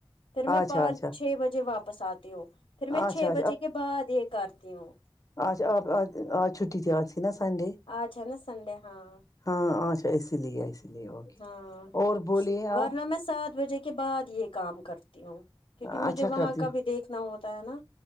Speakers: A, on the left (about 70°); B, on the left (about 35°).
A: پھر میں
B: اچھا
A: پانچ
B: اچھا
A: چھ بجے واپس آتی ہوں پھر میں
B: اچھا
A: چھ بجے کے بعد یہ کرتی ہوں
B: آج آپج آج چھٹی ت آجی نا سنڈے
A: آ چین سڈے ہاں
B: ہاں اچھا اسی لیے لیے اوکے
A: ہاں
B: اور بولیے
A: ورنہ
B: آپ
A: میں سات بجے کے بعد یہ کام کرتی ہوں کیونکہ
B: اچھا
A: مجھے وہاں
B: کرتی
A: کا
B: ہو
A: بھی دیکھنا ہوتا ہے نا